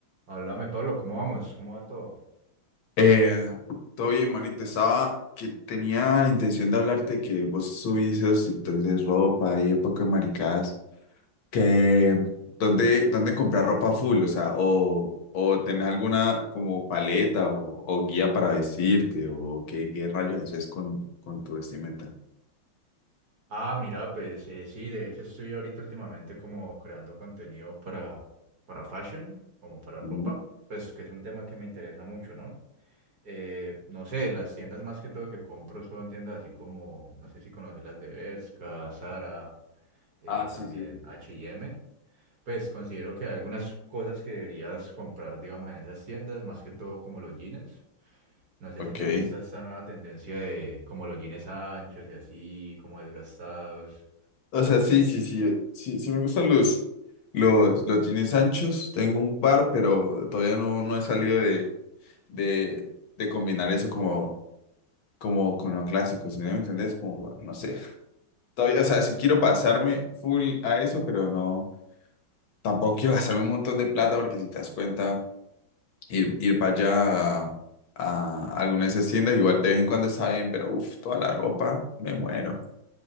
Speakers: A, on the right; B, on the left.
A: Háblame, Pablo, ¿cómo vamos? ¿Cómo va todo?
B: Eh, todo bien, manito. Estaba que tenía la intención de hablarte que vos subís esos TikToks de ropa y época de maricadas. Que dónde, dónde comprar ropa full, o sea, o, o tenés alguna como paleta o, o guía para vestirte, o qué, qué rayos haces con, con tu vestimenta.
A: Ah, mira, pues eh, sí, de hecho estoy ahorita últimamente como creando contenido para, para fashion, como para ropa,
B: Ujú.
A: pues que es un tema que me interesa mucho, ¿no? Eh, no sé, las tiendas más que todo que compro son tiendas así como, no sé si conoces las de Bershka, Zara, eh,
B: Ah, sí,
A: también
B: sí, sí.
A: H&M. Pues considero que hay algunas cosas que deberías comprar, digamos, en esas tiendas, más que todo como los jeans. No sé
B: Ok.
A: si te gusta esta nueva tendencia de como los jeans anchos y así, como desgastados.
B: O sea, sí, sí, sí, eh, sí, sí me gustan los, los, los jeans anchos. Tengo un par, pero todavía no, no he salido de, de combinar eso como, como con lo clásico, si me entendés? Como, no sé. Todavía, o sea, si quiero pasarme full a eso, pero no, tampoco quiero gastarme un montón de plata porque si te das cuenta, ir, ir para allá a, a alguna de esas tiendas, igual de vez en cuando está bien, pero uff, toda la ropa, me muero.